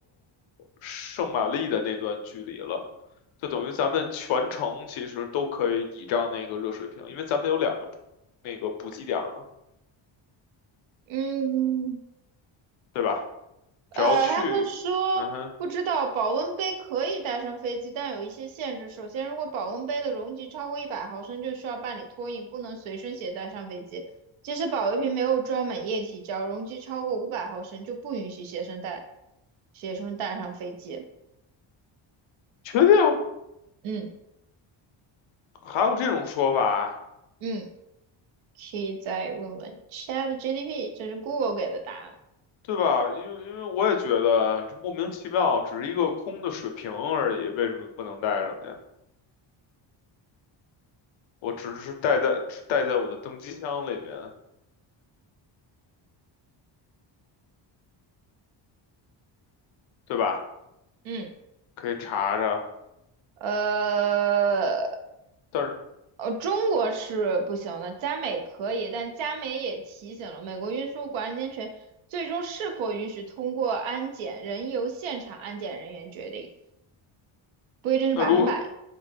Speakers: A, on the left; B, on the right.
A: 圣玛丽的那段距离了，就等于咱们全程其实都可以倚仗那个热水瓶，因为咱们有两个那个补给点儿嘛，
B: 嗯
A: 对吧？
B: 呃，
A: 只要去，
B: 他们说不知道保温杯可以带上飞机，
A: 嗯哼，
B: 但有一些限制。首先，如果保温杯的容积超过一百毫升，就需要办理托运，不能随身携带上飞机。即使保温瓶没有装满液体，只要容积超过五百毫升，就不允许学生带学生带上飞机。
A: 确定
B: 嗯
A: 还有这种说法，
B: 嗯，可以再问问 c h a t g p 这是 Google 给的答案。
A: 对吧？因为因为我也觉得这莫名其妙，只是一个空的水瓶而已，为什么不能带上去？我只是带在只带在我的登机箱里面，对吧？
B: 嗯，
A: 可以查查。
B: 呃。
A: 但是
B: 中国是不行的，加美可以，但加美也提醒了美国运输管理安权最终是否允许通过安检，仍由现场安检人员决定，不一定是百分百。
A: 那如果